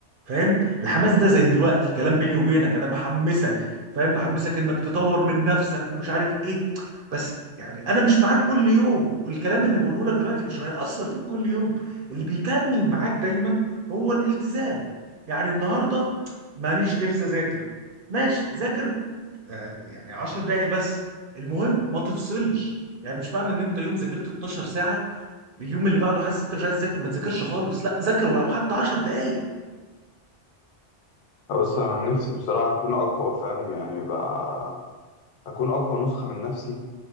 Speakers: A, on the right; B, on the left.
A: فاهم الحماس ده زي دلوقتي كلام بيني وبينك انا بحمسك فاهم بحمسك انك تطور من نفسك ومش عارف ايه بس يعني انا مش معاك كل يوم والكلام اللي بقوله لك دلوقتي مش هيأثر فيك كل يوم اللي بيكمل معاك دايما هو الالتزام يعني النهارده ماليش نفس اذاكر ماشي ذاكر آه، يعني 10 دقايق بس المهم ما تفصلش يعني مش معنى ان انت يوم ذاكرت 12 ساعه اليوم اللي بعده حاسس انت مش عايز تذاكر ما تذاكرش خالص لا ذاكر ولو حتى 10 دقايق
B: بس انا نفسي بصراحة اكون اقوى فاهم يعني بقى اكون اقوى نسخة من نفسي